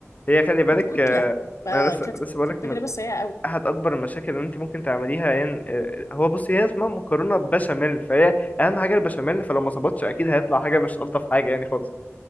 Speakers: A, on the left; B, on the left.
A: هي خلي بالك
B: كانت كتلة
A: آه،
B: فكانت
A: انا لسه لسه بقولك
B: كانت تجربة
A: من
B: سيئة قوي
A: احد اكبر المشاكل اللي انت ممكن تعمليها يعني آه، هو بصي هي اسمها مكرونه بشاميل فهي اهم حاجه البشاميل فلو ما ظبطش اكيد هيطلع حاجه مش الطف حاجه يعني خالص